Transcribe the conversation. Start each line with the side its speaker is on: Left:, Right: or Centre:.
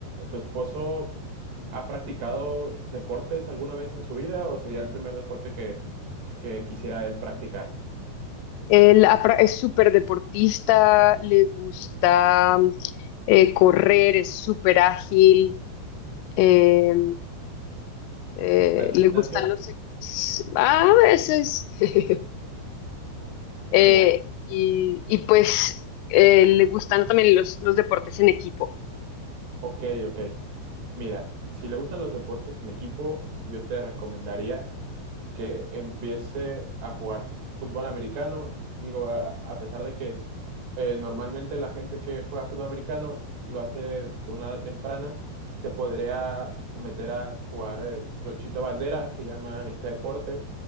Right: ¿Tu esposo ha practicado deportes alguna vez en su vida o sería el primer deporte que, que quisiera él practicar?
Left: Él apra- es súper deportista, le gusta mm, eh, correr, es súper ágil Eh, eh,
Right: ¿Va al
Left: le
Right: gimnasio?
Left: gustan los... ex- A veces. <laughs> Eh,
Right: Mira,
Left: y, y, pues eh, le gustan también los, los deportes en equipo.
Right: Ok, ok. Mira, si le gustan los deportes en equipo, yo te recomendaría que empiece a jugar fútbol americano. Digo, a, a pesar de que eh, normalmente la gente que juega fútbol americano lo hace de una edad temprana, se podría meter a jugar eh, tochito bandera, se llama este deporte,